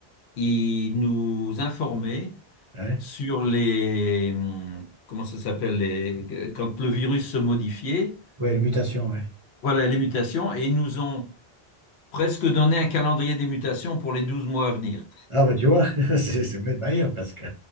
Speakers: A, on the left (about 80°); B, on the right (about 40°).
A: ils nous informaient
B: ouais,
A: sur les, hum, comment ça s'appelle, les, quand le virus se modifiait,
B: ouais, les mutations, ouais.
A: voilà les mutations, et ils nous ont presque donné un calendrier des mutations pour les 12 mois à venir.
B: Ah bah tu vois, <laughs> c'est c'est bête manière parce que